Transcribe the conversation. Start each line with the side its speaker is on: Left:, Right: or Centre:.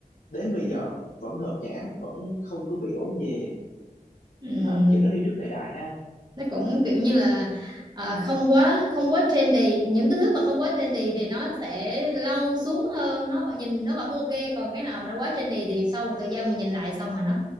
Left: đến bây giờ vẫn hợp nhãn vẫn không có bị ố về
Right: Ừm,
Left: đó, kiểu nó đi trước thời đại ha
Right: nó cũng kiểu như là à, không quá không quá trendy những cái thứ mà không quá trendy thì nó sẽ lâu xuống hơn nó vẫn nhìn nó vẫn ok còn cái nào mà nó quá trendy thì sau một thời gian mình nhìn lại xong mà nó